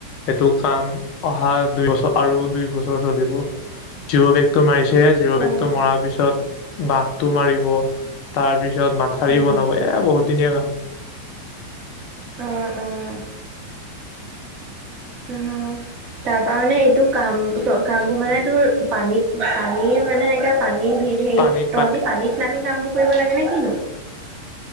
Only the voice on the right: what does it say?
অ',
উম,
অ', অ', উম তাৰপ। ত তাৰ মানে এইটো কাম কামবোৰ মানে তোৰ। পানীত। পানীৰ মানে এনেকে পানী হেৰি
তহঁতি
পানীত নামি কাম বোৰ কৰিব লাগে নে কিনো।